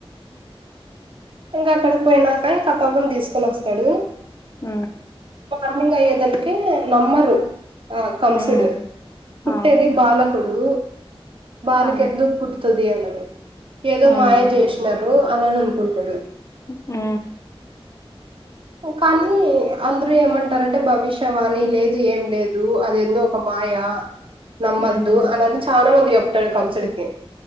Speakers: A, on the right (about 60°); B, on the left (about 30°).
A: ఇంగ అక్కడికి పోయినాక ఇంక పవన్ తీసుకొని వస్తాడు
B: ఊ
A: మార్నింగ్ అయ్యేతలికే నమ్మరు ఆ కంసుడు
B: హ్మ్
A: పుట్టేది
B: అవును
A: బాలకుడు బాలికేందుకు
B: ఆ
A: పుట్టుతది అనని ఏదో
B: హ్మ్
A: మాయా చేసినారు అనని అనుకుంటాడు
B: ఉ
A: కానీ అందరూ ఏమంటారంటే భవిష్యవాని లేదు ఏం లేదు అది ఎందో ఒక మాయా నమ్మద్దు
B: హ్మ్
A: అనని చాలా మంది చెప్తాడు కంసుడికి